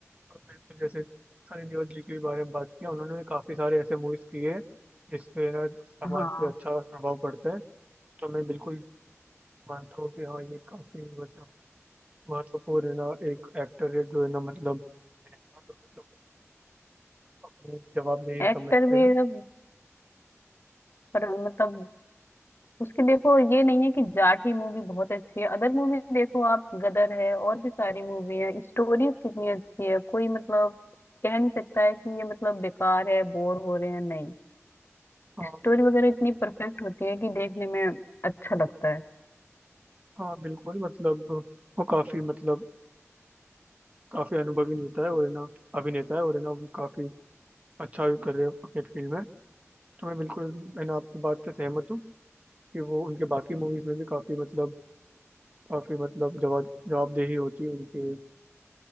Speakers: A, on the right (about 25°); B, on the left (about 50°).
A: मैंने जैसे सनी देओल जी के बारे में बात किया उन्होंने भी काफी सारे ऐसे मूवीज किए हैं, जिसपे ना समाज
B: हाँ
A: पे अच्छा प्रभाव पड़ता है तो मैं बिल्कुल मानता हूँ कि हाँ ये काफी मतलब महत्वपूर्ण है ना एक एक्टर है जो है ना मतलब मतलब अपनी जवाबदेही
B: एक्टर
A: समझते
B: भी
A: हैं
B: सब पर मतलब उसकी देखो ये नहीं है कि जाट ही मूवी बहुत अच्छी है अदर मूवी देखो आप गदर है और भी सारी मूवी है स्टोरीज कितनी अच्छी है कोई मतलब कह नहीं सकता है कि ये मतलब बेकार है बोर हो रहे हैं नहीं
A: हाँ
B: स्टोरी
A: बिल-
B: वगैरह इतनी परफेक्ट होती है कि देखने में अच्छा लगता है
A: हाँ बिल्कुल मतलब वो काफी मतलब काफी अनुभवी नेता है और है ना अभिनेता है और है ना वो काफी अच्छा भी कर रहे हैं अपने फील्ड में तो मैं बिल्कुल है ना आपकी बात से सहमत हूँ कि वो उनके बाकी मूवीज में भी काफी मतलब काफी मतलब जवाब जवाबदेही होती है उनके